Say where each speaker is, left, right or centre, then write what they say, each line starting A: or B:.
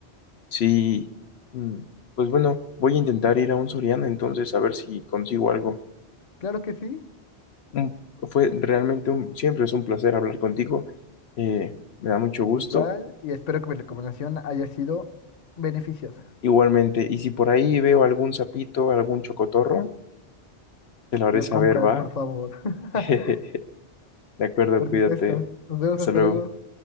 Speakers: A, on the left; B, on the left.
A: Sí. mm, Pues bueno, voy a intentar ir a un Soriana entonces a ver si consigo algo.
B: Claro que sí,
A: un- fue realmente un, siempre es un placer hablar contigo. eh, me da mucho gusto.
B: igual, y espero que mi recomendación haya sido beneficiosa.
A: Igualmente, y si por ahí veo algún sapito, algún chocotorro, te lo haré
B: Lo
A: saber,
B: compras,
A: ¿va?
B: por favor. <laughs>
A: <laughs> De acuerdo,
B: Por
A: cuídate.
B: supuesto. Nos vemos,
A: Hasta
B: hasta
A: luego.
B: luego.